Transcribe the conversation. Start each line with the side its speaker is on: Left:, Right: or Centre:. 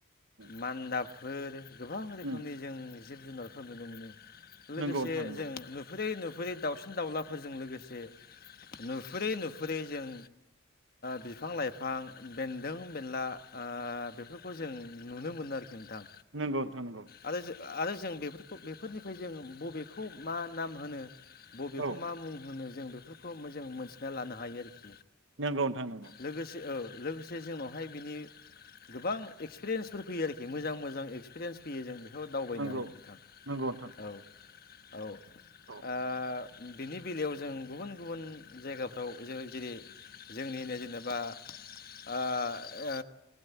Right: उम
Left: मान्दाब फोर गोबां रोखोमनि
Right: उम
Left: जों जिब जुनारखौ नुनो मोनो। लोगोसे
Right: नंगौ नोंथां नंगौ
Left: जों नुफेरै नु नुफेरै दाउसिन दाउलाफोरजों लोगोसे नुफेरै नुफेरै जों बिफां लाइफां बेन्दों बेनला ओ बेफोरखौ जों नुनो मोनो आरोखि। नोंथां,
Right: नंगौ नोंथां नंगौ
Left: आरो आरो जों बेफोरखौ बेफोरनिफ्राय जों बबेखौ मा नाम होनो बबेखौ
Right: औ
Left: मा मुं होनो जों बेफोरखौ जों मोनथिना लानो हायो आरोखि।
Right: नंगौ नोंथां नंगौ।
Left: लोगोसे औ लोगोसे जोंनावहाय बिनि गोबां एक्सपिरियेन्सफोर फैयो आरोखि मोजां मोजां एक्सपिरियेन्स फैयो जों बेखौ दावबायनानै
Right: नंगौ
Left: नोंथां
Right: नंगौ नोंथां
Left: औ। औ। ओ
Right: औ
Left: बिनि बेलायाव जों गुबुन गुबुन जायगाफ्राव जों जेरै जोंनिनो जेनेबा ओ‌ ओ